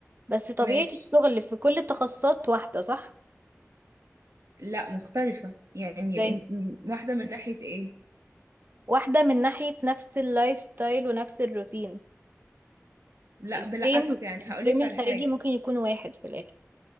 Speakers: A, on the right; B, on the right.
A: بس طبيعة
B: ماشي
A: الشغل في كل التخصصات واحدة صح؟
B: لا مختلفة يعني
A: زي
B: ان- م- واحدة من ناحية ايه
A: واحدة من ناحية نفس اللايف ستايل ونفس الروتين
B: لا
A: الفريم
B: بالعكس يعني هقولك
A: الفريم الخارجي
B: على حاجة
A: ممكن يكون واحد في الاخر